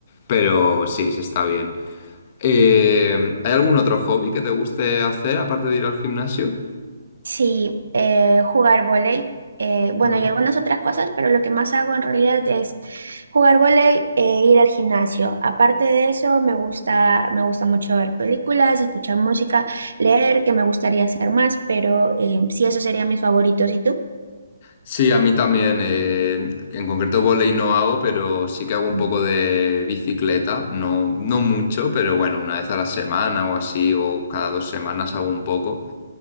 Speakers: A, on the left; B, on the right.
A: pero sí, se está bien. Eh, ¿hay algún otro hobby que te guste hacer aparte de ir al gimnasio?
B: Sí, eh, jugar vóley. eh, bueno,
A: Mm.
B: y algunas otras cosas, pero lo que más hago en realidad es jugar vóley e ir al gimnasio. Aparte de eso, me gusta, me gusta mucho ver películas, escuchar música, leer, que me gustaría hacer más, pero eh, sí, esos serían mis favoritos. ¿Y tú?
A: Sí, a mí también. eh, en concreto volei no hago, pero sí que hago un
B: Mm.
A: poco de bicicleta. No, no mucho, pero bueno, una vez a la semana o así, o cada dos semanas hago un poco.